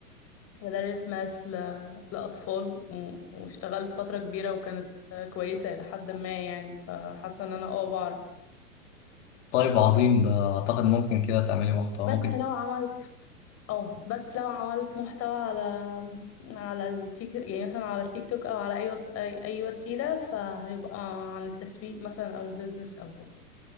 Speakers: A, on the left; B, on the left.
A: بدرس ماس ل- لأطفال و- واشتغلت فترة كبيرة وكانت آه، كويسة إلى حد ما يعني فحاسة إن أنا اه بعرف
B: طيب عظيم ده أعتقد ممكن كده تعملي محتوى
A: بس
B: ممكن
A: لو عملت اه بس لو عملت محتوى على على التيك يعني مثلا على التيك توك أو على أي وس... أي أي وسيلة فهيبقى عن التسويق مثلا أو البيزنس أو كده